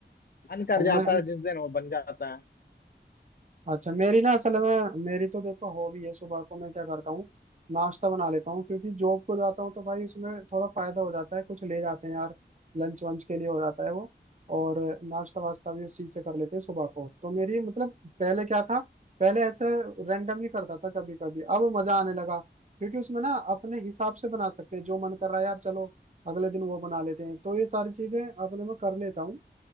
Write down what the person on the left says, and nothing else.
मन कर
जाता
है जिस दिन वो बन जाता है